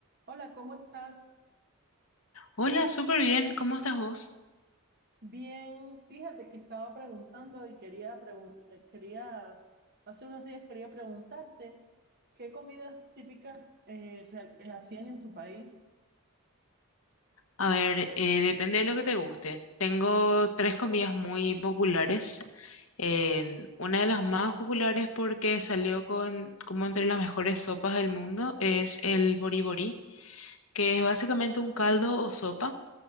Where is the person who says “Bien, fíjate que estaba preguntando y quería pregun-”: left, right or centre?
Right